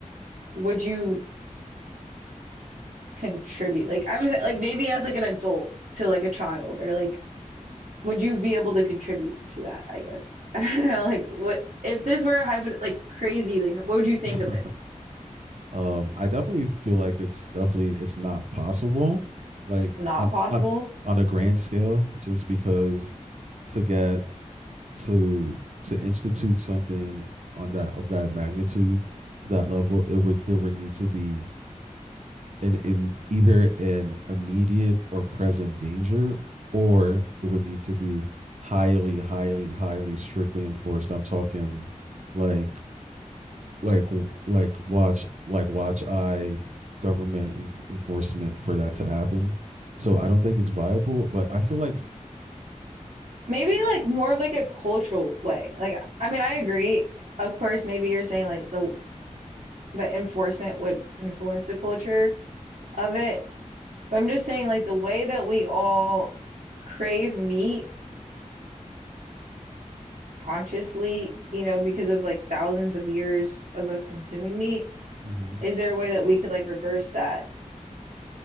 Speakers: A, on the right (about 85°); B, on the right (about 65°).
A: would you contribute? Like I'm just like maybe as like an adult to like a child or like would you be able to contribute to that, I guess. <laughs> I don't know like what if this were a hypo like crazy like what would you think
B: <laughs>
A: of it?
B: um, I definitely feel like it's definitely it's not possible. Like
A: It's not
B: on
A: possible.
B: on on a grand scale, just because to get to to institute something on that of that magnitude to that level, it would there would need to be an im, either an immediate or present danger, or it would need to be highly, highly, highly strictly enforced. I'm talking like like like watch like watch eye government enf- enforcement for that to happen. So I don't think it's viable, but I feel like
A: Maybe like more of like a cultural way. Like I mean, I agree. Of course, maybe you're saying like the the enforcement would influence the culture of it. But I'm just saying like the way that we all crave meat consciously, you know, because of like thousands of years of us consuming meat,
B: mm-hmm.
A: is there a way that we could like reverse that?